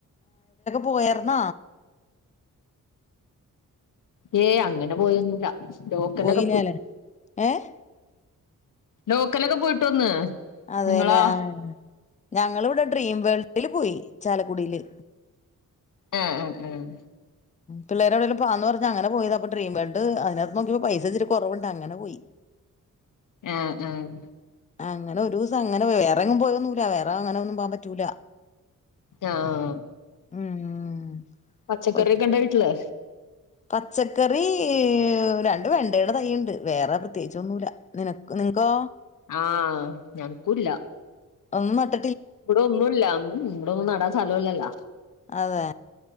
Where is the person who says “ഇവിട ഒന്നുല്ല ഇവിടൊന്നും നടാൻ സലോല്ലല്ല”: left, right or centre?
Left